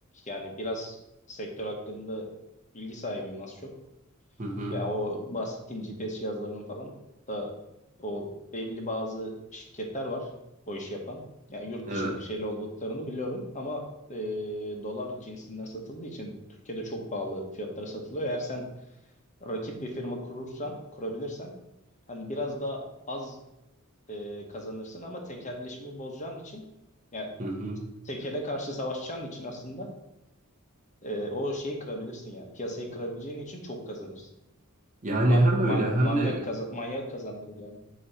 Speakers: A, on the left; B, on the right.
A: yani biraz sektör hakkında bilgi sahibiyim az çok.
B: Hı hı.
A: Ya o bahsettiğim GPS cihazlarının falan da o belli bazı şirketler var o işi yapan. Ya yurt
B: Evet.
A: dışı menşeli olduklarını biliyorum ama e, dolar cinsinden satıldığı için Türkiye'de çok pahalı fiyatlara satılıyor. Eğer sen rakip bir firma kurursan, kurabilirsen hani biraz daha az e, kazanırsın ama tekelleşmeyi bozacağın için yani
B: Hı hı.
A: tekele karşı savaşacağın için aslında e, o şeyi kırabilirsin yani piyasayı kırabileceğin için çok kazanırsın.
B: Yani
A: Man,
B: hem
A: man,
B: öyle
A: manyak
B: hem de
A: kaza- manyak kazandırır yani.